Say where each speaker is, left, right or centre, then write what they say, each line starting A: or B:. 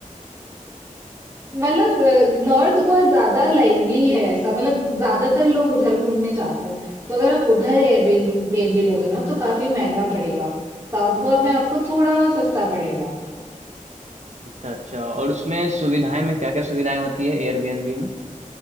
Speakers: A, on the right (about 20°); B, on the right (about 55°).
A: मतलब नॉर्थ गोवा ज्यादा लाइवली है ऐसा मतलब ज्यादातर लोग उधर घूमने जाते हैं तो अगर आप उधर एयरबीएनबी लोगे ना तो काफी महंगा पड़ेगा साउथ गोवा में आपको थोड़ा सस्ता पड़ेगा
B: अच्छा अच्छा और उसमें सुविधाएं में क्या क्या सुविधाएं होती है एयरबीएनबी में